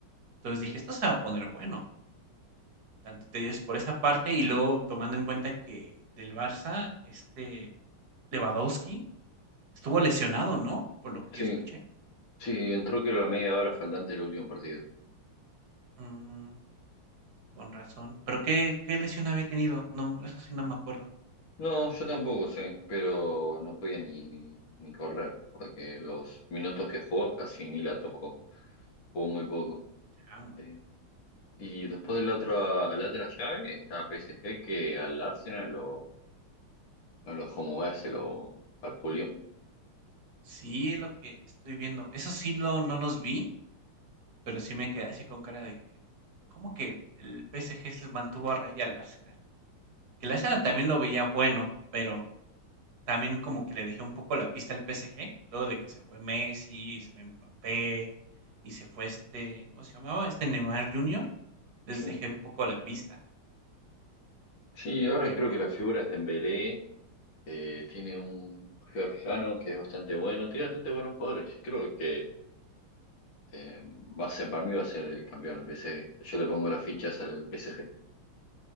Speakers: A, on the right; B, on the left.
A: entonces dije, esto se va a poner bueno, tanto te dices por esa parte y luego tomando en cuenta que del Barça, este Lewandowski estuvo lesionado, ¿no? Por lo que
B: Sí,
A: yo escuché.
B: sí, entró que la media hora faltante del último partido.
A: Mm. Con razón. ¿Pero qué qué lesión había tenido? No, eso sí no me acuerdo.
B: No, yo tampoco sé, pero no podía ni, ni, ni correr, porque los minutos que jugó casi ni la tocó, jugó muy poco.
A: Chango.
B: Eh, y después de la otra, la otra llave está PSG que al Arsenal lo, no lo dejó moverse, lo vapuleó.
A: Sí, lo que estoy viendo. Eso sí lo, no los vi, pero sí me quedé así con cara de que, ¿cómo que el PSG se mantuvo a raya al Arsenal? Que el Arsenal también lo veía bueno, pero también como que le dejé un poco la pista al PSG, luego de que se fue Messi, se fue Mbappé, y se fue este, ¿cómo se llamaba? Este Neymar Jr. Les
B: Sí.
A: dejé un poco la pista,
B: Sí, ahora
A: pero
B: creo
A: por
B: que la
A: lo
B: figura es Dembélé, eh, tiene un georgiano que es bastante bueno, tiene bastante buenos jugadores. Creo que Eh, va a ser, para mí va a ser el campeón el PSG. Yo le pongo las fichas al PSG.